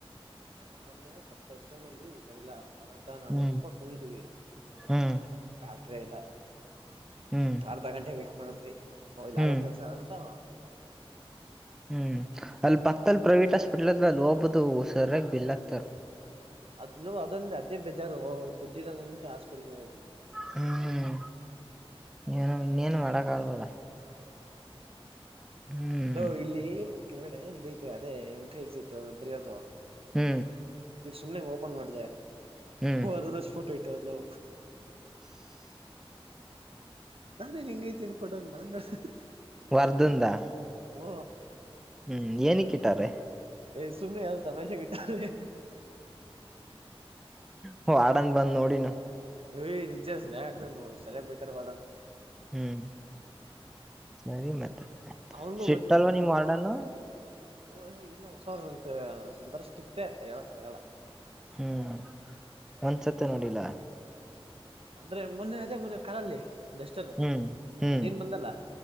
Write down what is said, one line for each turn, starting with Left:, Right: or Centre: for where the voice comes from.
Right: ನನ ಮೊನ್ನೆ ಫಸ್ಟ್ ಥರ್ಡ್ ಸೇಮ್ ಅಲ್ಲಿ ಹುಷಾರಿಲ್ಲ ಬರತ್ ಮತ್ತ ನಾನು
Centre: ಹ್ಮ್
Right: ದೀಪಕ್ಕೆ ಹೋಗಿದ್ದೀವಿ
Centre: ಹ್ಮ್
Right: ಡಾಕ್ಟ್ರೇ ಇಲ್ಲ
Centre: ಹ್ಮ್
Right: ಅರ್ಧ ಗಂಟೆ ವೇಟ್ ಮಾಡಿದ್ವಿ ಹೋ ಇಲ್ಲ
Centre: ಹ್ಮ್
Right: ಆಗೋ ಕೆಲ್ಸ ಅಂತ ಹೊರಟುಹೋದ್ವಿ ಸುಮ್ಮ್ನೆ
Centre: ಹ್ಮ್ ಅಲ್ಲಿ ಪಕ್ದಲಿ ಪ್ರೈವೇಟ್ ಹಾಸ್ಪಿಟ್ಲ್ ಅದ ಅಲ್ಲಿ ಹೋಗ್ಬುದು ಸರಿಯಾಗಿ ಬಿಲ್ ಆಗ್ತಾರ
Right: ಅದು ಅದೊಂದು ಅದೇ ಬಜಾರು ದುಡ್ಡಿ ಇರೋದು ಹಾಸ್ಪಿಟ್ಲ್ಗೆ ಹೋಗೋದ ಅಷ್ಟೇ
Centre: ಹ್ಮ್ ಏನು ಇನ್ನೇನು ಮಾಡಕ್ ಆಗಲವಲ್ಲ
Right: ಹಾ
Centre: ಹ್ಮ್
Right: ಲೋ ಇಲ್ಲಿ ಕೆಳಗಡೆ ಇದಐತೆ ಅದೇ ಎಂಟ್ರಿ ಎಕ್ಸಿಟ್ ಬರಯೋದು
Centre: ಹ್ಮ್
Right: ಈಗ ಸುಮ್ನೆ ಓಪನ್ ಮಾಡದೆ
Centre: ಹ್ಮ್
Right: ಹೊರಗ್ದಷ್ಟು ಫೋಟೋ ಇಟ್ಟರಲೋ ನಾನೇ ಹಿಂಗ್ ಐತೆ ನೀನ್ ಫೋಟೋ ನಾನ್ ನೋಡ್ತಾ ಇದೀನಿ
Centre: ವರ್ದಂದಾ
Right: ಹೂ
Centre: ಹ್ಮ್ ಏನಕ್ಕ ಇಟ್ಟಾರೆ
Right: ಏ ಸುಮ್ಮನೆ ಯಾವದೋ ತಮಾಷೆಗೆ ಇಟವ್ರೆ
Centre: ಹೊ ವಾರ್ಡನ್ ಬಂದ ನೋಡಿನ
Right: ಏ ನಿಜ ಸರಿ ಯಾಕರಿ ಸರಿಯಾಗಿ ಬೈಯತಾರೆ ವಾರ್ಡನ್
Centre: ಹ್ಮ್ ಸರಿ ಮತ್ತ
Right: ಅವನ್ಗೂ
Centre: ಸ್ಟ್ರಿಕ್ಟ್ ಅಲ್ಲವಾ ನಿಮ್ಮ ವಾರ್ಡನ್
Right: ಹಓ್ ಏ್ ಇಲ್ಲ ಹೊಸವ್ರ ಅ ಸಂತಸ್ ಸಿ ಇಟ್ಟೆ ಹೇಳಕ್ ಆಗಲ್ಲ
Centre: ಹ್ಮ್ ಒಂದ್ಸತ್ತು ನೋಡಿಲ್ಲ
Right: ಅಂದ್ರೆ ಮೊನ್ನೆ ಅದೇ ಮೊನ್ನ ಕಾಲಲ್ಲಿ ಡಸ್ಟರು
Centre: ಹ್ಮ್ ಹ್ಮ್
Right: ನೀನ್ ಬಂದಲ್ಲ